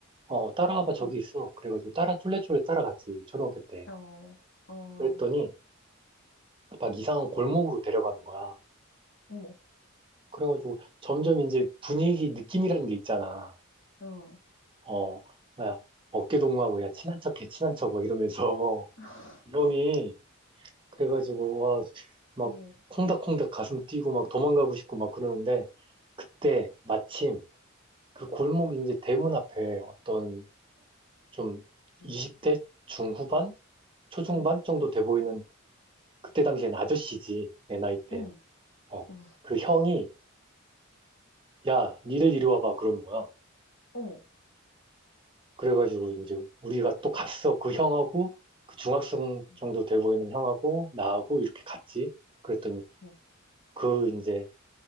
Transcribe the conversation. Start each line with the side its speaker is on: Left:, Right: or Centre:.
Right: 어, 따라와봐, 저기
Left: 응.
Right: 있어. 그래가지고 따라, 쫄래쫄래 따라갔지, 초등학교 때.
Left: 어, 어,
Right: 그랬더니, 막 이상한 골목으로 데려가는 거야.
Left: 어머,
Right: 그래가지고 점점 이제 분위기 느낌이라는 게 있잖아.
Left: 어,
Right: 어, 뭐야, 어깨 동무하고, 야, 친한 척해, 친한 척, 막 이러면서.
Left: <laughs>
Right: <laughs> 그 형이 그래가지고, 와, 막,
Left: 어머,
Right: 콩닥콩닥 가슴 뛰고 막 도망가고 싶고 막 그러는데, 그때 마침 그 골목 이제 대문 앞에 어떤 좀 20대
Left: 응,
Right: 중후반? 초중반
Left: 응,
Right: 정도 돼 보이는 그때 당시엔 아저씨지, 내 나이 땐.
Left: 응,
Right: 어,
Left: 응.
Right: 그 형이, 야, 니들 이리 와봐. 그러는 거야.
Left: 어머,
Right: 그래가지고 이제 우리가 또 갔어. 그 형하고, 그 중학생
Left: 응,
Right: 정도 돼 보이는 형하고, 나하고 이렇게 갔지. 그랬더니
Left: 응.
Right: 그 이제